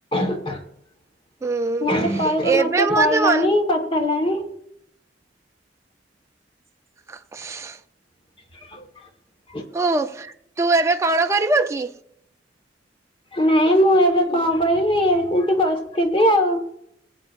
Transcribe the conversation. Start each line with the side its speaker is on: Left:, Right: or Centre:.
Left: ନଏଲେ
Right: ହୁଁ
Left: କଇବ
Right: ଏବେ
Left: ମତେ କଇଲାନି
Right: ମନ
Left: କଥା ଏଲାନି।
Right: <inaudible>
Left: <inaudible>
Right: ଓ ତୁ ଏବେ କଣ କରିବ କି?
Left: ନାଇଁ ମୁଁ ଏବେ କଁ କରିବି ଏତିତି ବସ୍ଥିବି ଆଉ।